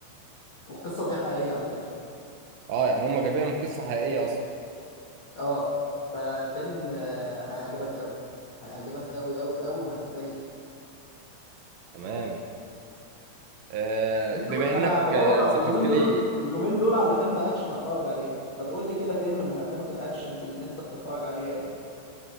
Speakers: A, on the left; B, on the right.
A: والقصة دي حقيقية على فكرة
B: اه يعني هم جايبينها من قصة حقيقية اصلا
A: اه ففيلم آه، هيعجبك أوي هيعجبك أوي أوي أوي وهتتضايق
B: تمام آه
A: انت
B: بما
A: قول
B: انك
A: لي انا بدور
B: آه، ذكرت
A: على اليومين
B: لي
A: دول اليومين دول على فيلم اكشن اتفرج عليه ما تقول لي كده فيلم من افلامك الاكشنز اللي انت بتتفرج عليها دي